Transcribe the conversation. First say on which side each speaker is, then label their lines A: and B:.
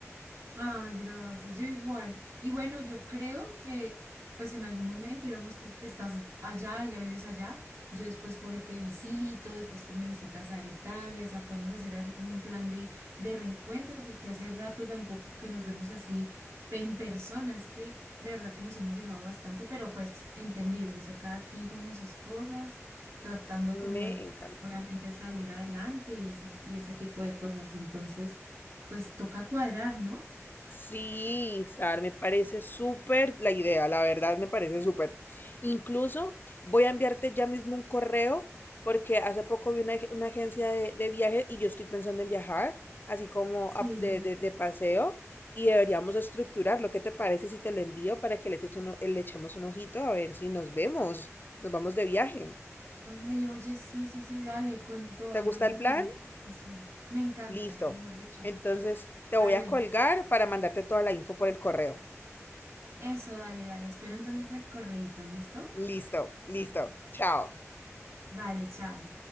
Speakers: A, on the right; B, on the left.
A: Ay, gracias, yo igual. Y bueno, yo creo que pues en algún momento, digamos, tú te estás allá, ya vives allá, yo después puedo y te visito, después tú me visitas a Italia, o sea, podemos hacer así como un plan de, de reencuentro, porque hace rato tampoco que nos vemos así en persona, es que de verdad que nos hemos dejado bastante, pero pues entendible, o sea, cada quien como en sus cosas, tratando como
B: Me
A: de,
B: encanta.
A: obviamente, salir adelante y, esas, y ese tipo de cosas. Entonces, pues toca cuadrar, ¿no?
B: Sí, Sar, me parece súper la idea, la verdad me parece súper. Incluso voy a enviarte ya mismo un correo porque hace poco vi una, ag- una agencia de, de viajes y yo estoy pensando en viajar, así como
A: Sí,
B: a- de,
A: sí, sí.
B: de- de paseo, y deberíamos estructurar lo que te parece si te lo envío para que les eche uno- le echemos un ojito a ver si nos vemos, nos vamos de viaje.
A: Ay, oye, sí, sí, sí, dale, con toda,
B: ¿Te gusta
A: mándame
B: el plan?
A: ahí la información. Me encanta,
B: Listo.
A: mejor dicho.
B: Entonces te
A: Dale,
B: voy a colgar para mandarte toda la info por el correo.
A: eso, dale, dale. Espero entonces el correíto, ¿listo?
B: Listo, listo. Chao.
A: Vale, chao.